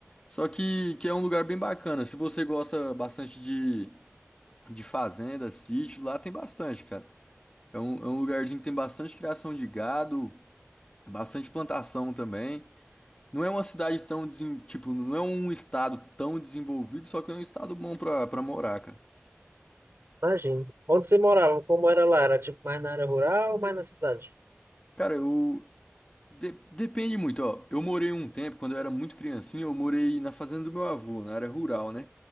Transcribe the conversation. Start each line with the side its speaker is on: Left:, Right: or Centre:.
Left: só que, que é um lugar bem bacana. Se você gosta bastante de, de fazenda, sítio, lá tem bastante, cara. É um, é um lugarzinho que tem bastante criação de gado, bastante plantação também. Não é uma cidade tão, desen- tipo, não é um estado tão desenvolvido, só que é um estado bom pra, pra morar, cara.
Right: Imagino. Onde você morava? Como era lá? Era tipo mais na área rural ou mais na cidade?
Left: Cara, eu, De- depende muito, ó. Eu morei um tempo, quando eu era muito criancinha, eu morei na fazenda do meu avô, na área rural, né?